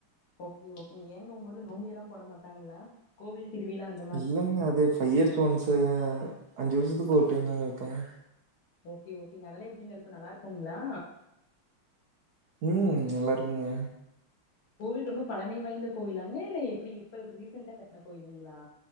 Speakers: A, on the left; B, on the right.
A: ஓகே ஓகே ஏங்க உங்க ஊர்ல நோம்பியெல்லா போட மாட்டாங்களா கோவில் திருவிழா அந்
B: இல்லங்க அது ஃபைவ் இயர்ஸ் ஒன்ஸ் ஆ அஞ்சு வருஷத்துக்கு ஒரு டைம் தாங்க வெப்பாங்க
A: ஓகே ஓகேங்க அதெல்லா எப்டீங்க இருக்கோ நல்லா இருக்கோங்களா
B: ம் நல்லா இருக்குங்க
A: கோவில் ரொம்ப பழமை வாய்ந்த கோவிலாங்க இல்ல இப்புடி இப்ப ரீசென்டா கட்ன கோயிலுங்ளா